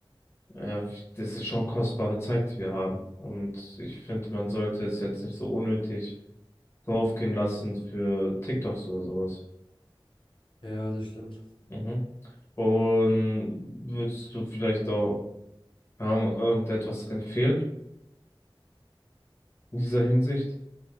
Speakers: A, on the left (about 30°); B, on the left (about 65°).
A: äh, das ist schon kostbare Zeit, die wir haben. Und ich finde, man sollte es jetzt nicht so unnötig draufgehen lassen für TikToks oder sowas.
B: ja, das stimmt.
A: Mhm. Und würdest du vielleicht auch keine Ahnung, irgendetwas empfehlen in dieser Hinsicht?